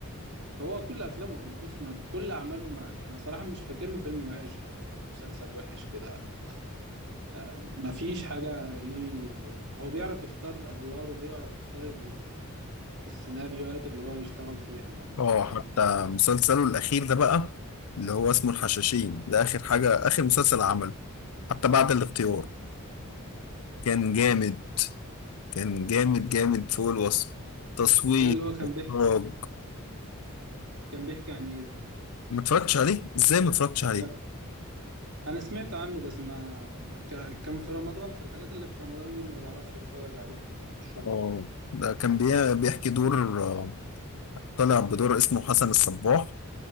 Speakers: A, on the right; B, on the left.
A: هو كل افلامه او بص ما كل اعماله ما يعني صراحه مش فاكر له فيلم وحش او مسلسل وحش كده ما, ما فيش حاجه ليه هو بيعرف يختار ادواره وبيعرف يختار ال- السيناريوهات اللي هو يشتغل فيها يعني
B: اه
A: فده
B: حتى مسلسله الأخير ده بقى اللي هو اسمه الحشاشين ده آخر حاجة آخر مسلسل عمله حتى بعد الاختيار كان جامد كان جامد جامد فوق الوصف تصوير
A: اللي هو كان بيحكي
B: إخراج
A: كان بيحكي عن ايه ده
B: ما اتفرجتش عليه ازاي ما اتفرجتش عليه
A: لا انا سمعت عنه بس ما ما- ك- كان في رمضان في الحاجات اللي في رمضان دي ما بعرفش اتفرج عليها بقى والشغل
B: اه
A: وكده
B: ده كان بي- بيحكي دور آه، طالع بدور اسمه حسن الصباح